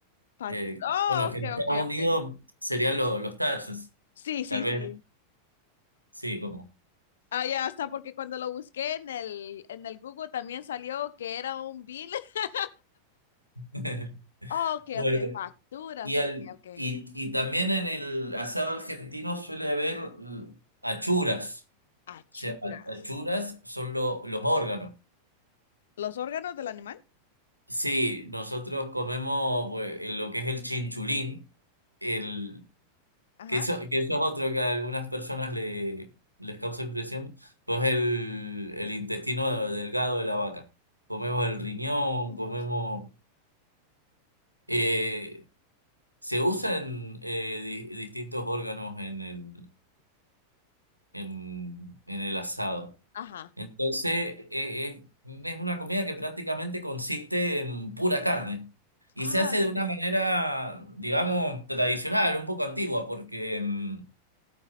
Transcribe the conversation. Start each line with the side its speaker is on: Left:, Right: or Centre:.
Left: Fac-
Right: eh,
Left: Oh,
Right: bueno,
Left: ok,
Right: que en Estados
Left: ok,
Right: Unidos
Left: ok.
Right: serían lo- los taxes,
Left: Sí, sí,
Right: tal vez,
Left: sí.
Right: sí, como.
Left: Ah, ya hasta porque cuando lo busqué en el, en el Google también salió que era un bill. <laughs>
Right: <laughs>
Left: Oh, ok,
Right: Bueno,
Left: ok. Facturas,
Right: Y,
Left: ok,
Right: al,
Left: ok.
Right: y, y también en el asado argentino suele haber eh, achuras.
Left: Achuras.
Right: O sea, a- achuras son lo- los órganos.
Left: los órganos del animal,
Right: Sí, nosotros comemos pues, en lo que es el chinchulín, el,
Left: ajá,
Right: que eso, que eso es otro que a algunas personas le, les causa impresión, pues el, el intestino delgado de la vaca. Comemos el riñón,
Left: Ojos.
Right: comemos... eh, se usan eh, di- distintos órganos en el, en, en el asado.
Left: ajá,
Right: Entonces, eh, eh, es una comida que prácticamente consiste en pura carne y
Left: Ah,
Right: se hace de una
Left: sí.
Right: manera, digamos, tradicional, un poco antigua, porque mm,